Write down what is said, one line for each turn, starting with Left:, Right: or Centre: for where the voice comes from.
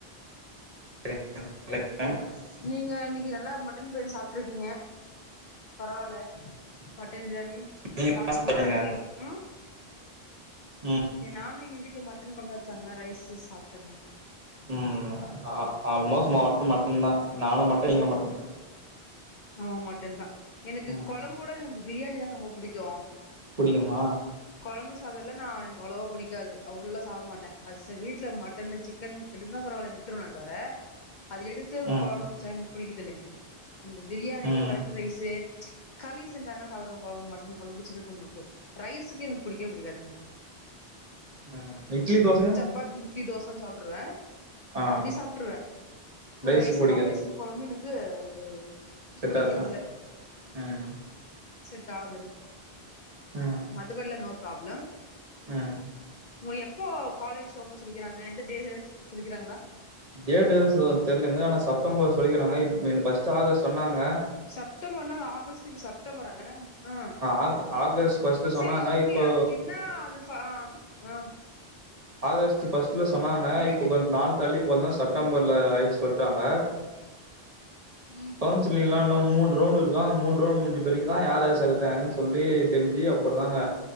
Right: <unintelligible>
Left: நீங்க இன்னிக்கி நல்லா மட்டன் பிரியாணி சாப்ட்டுருக்கீங்க பரவால்ல மட்டன் பிரியாணி
Right: நீங்க என்ன
Left: சாப்டிங்களா
Right: சாப்ட்டீங்க
Left: சீப் ம்
Right: ம்
Left: எ நானு எங்க வீட்ல மட்டன் கொழம்புதா வச்சங்க ரைசு சாப்ட்டேங்க
Right: ம் ஆ ஆல்மோஸ்ட் மாவட்டு மட்டன் தா நானு மட்டன் நீங்க மட்டன்
Left: ஆமா மட்டன் தா எனக்கு
Right: ம்
Left: கொழம்போட எனக்கு அந்த பிரியாணி தாங்க ரொம்ப புடிக்கு
Right: புடிக்குமா
Left: கொழம்பு சாதம்லா நா எனக்கு அவ்ளோவா புடிக்காது அவ்ளோ சாப்ட மாட்டே அது வீட்டு வீட்ல மட்டனு சிக்கன் எடு தா பரவால விட்ருவேன தவிர அது எடுத்து அத
Right: ம்
Left: கொழம்பு வச்ச புடிக்குது இல்லங்க இந்த பிரியாணி
Right: ம்
Left: வரட்டு ரைசு களி செஞ்சானா சாப்புடுவோ கொழம்பு மட்டன் கொழம்பு சிக்கன் கொழம்புக்கு ரைஸுக்கு எனக்கு புடிக்கவே புடிக்காதுங்க
Right: ஆ இட்லி தோச
Left: சப்பாத்தி இட்லி தோசனு சாப்டுருவே
Right: ஆ
Left: அப்டி சாப்ட்டுருவே
Right: ரைஸு
Left: ரைஸ்
Right: பொடிக்க
Left: காம்பினேஷன் கொழம்பு எனக்கு அது
Right: செட்
Left: புடிக்குதுல
Right: ஆகுதுல ம்
Left: செட் ஆகறதல
Right: ஆ
Left: மதுவல்லா நோ ப்ராப்ளம்
Right: ஆ
Left: உங்களுக்கு எப்போ காலேஜ் ஓபன் சொல்லிக்கிறாங்க எந்த டே சொல்லிக்கிறாங்களா
Right: டேட் எது தெரிலங்க ஆனா செப்டம்பர் சொல்லிக்கிறாங்க இப் ஃபஸ்ட் ஆகஸ்ட் சொன்னாங்க
Left: செப்டம்பர்னாங்க ஆகஸ்ட் இப்ப செப்டம்பர்ங்க ஆ
Right: ஆ ஆகஸ்ட் ஃபர்ஸ்ட்ல
Left: சேரி
Right: சொன்னாங்க
Left: ஓகே
Right: இப்போ
Left: அதுக்கு என்ன அது ஆ அ
Right: ஆகஸ்ட் ஃபஸ்ட்ல சொன்னாங்க
Left: ரைட்டுங்க
Right: இப்ப கொஞ்ச நாலு தள்ளி போனா செப்டம்பர்ல
Left: ம்
Right: ஆயிச்சு சொல் ட்டாங்க
Left: உம்
Right: கவுன்சிலிங்லா இன்னும் மூணு ரவுண்டு இருக்கம் அ மூணு ரவுண்டு முடிஞ்ச பிறகு தா யார் யாரு செலக்ட் ஆயிருக்காங்கனு சொல்லி தெரிஞ்சு போடுவாங்க